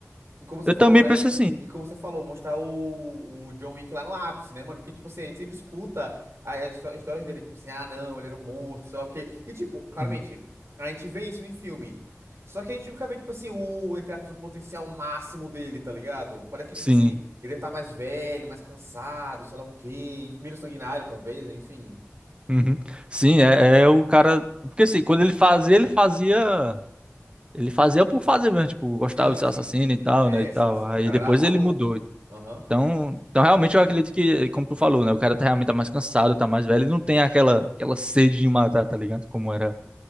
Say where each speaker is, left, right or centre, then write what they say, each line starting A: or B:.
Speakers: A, on the right (about 70°); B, on the right (about 20°).
A: E como você
B: Eu
A: falou,
B: também
A: né?
B: penso assim.
A: E como você falou, mostrar o, o John Wick lá no ápice, né, mano? Porque, tipo assim, a gente sempre escuta a- as histó- histórias dele, tipo assim, ah, não, ele era um monstro, sei lá o quê. E, tipo, claramente,
B: Uhum.
A: a gente vê isso em filme. Só que a gente nunca vê, tipo assim, o, entre aspas, o potencial máximo dele, tá ligado? Parece que,
B: Sim.
A: tipo assim, ele tá mais velho, mais cansado, sei lá o quê, menos sanguinário, talvez, né, enfim.
B: Uhum. Sim, é, é o cara. Porque assim, quando ele fazia, ele fazia. Ele fazia por fazer mesmo, tipo, gostava
A: Sim,
B: de ser
A: sim.
B: assassino e tal,
A: É,
B: né? E tal.
A: sim, sim.
B: Aí
A: O cara
B: depois
A: era maluco.
B: ele mudou.
A: Aham.
B: Então, então realmente eu acredito que, como tu falou, né? O cara tá realmente tá mais cansado, tá mais velho, ele não tem aquela, aquela sede de matar, tá ligado? Como era,